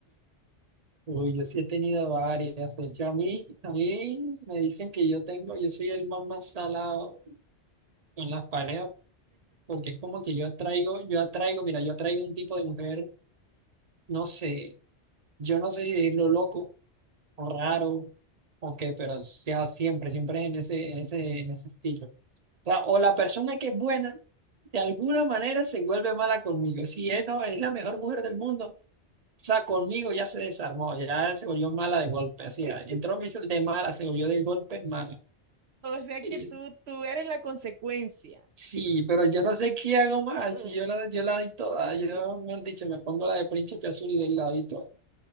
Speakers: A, on the right; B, on the right.
A: Uy, yo sí he tenido varias. De hecho, a mí, a mí me dicen que yo tengo, yo soy el más más salado con las parejas, porque es como que yo atraigo, yo atraigo, mira, yo atraigo un tipo de mujer, no sé, yo no sé si decirlo loco o raro o qué, pero o sea siempre, siempre es en ese, en ese, en ese estilo. O sea, o la persona que es buena, de alguna manera se vuelve mala conmigo. Si es, no, es la mejor mujer del mundo. O sea, conmigo ya se desarmó, ya se volvió mala de golpe, así,
B: <laughs>
A: ah, entró me hizo el de mala, se volvió de golpe mala.
B: O sea
A: Y-
B: que tú, tú eres la consecuencia.
A: Sí, pero yo no sé qué hago más,
B: Ay.
A: si yo la, yo la doy toda, yo, mejor dicho, me pongo la de Príncipe Azul y del lado y todo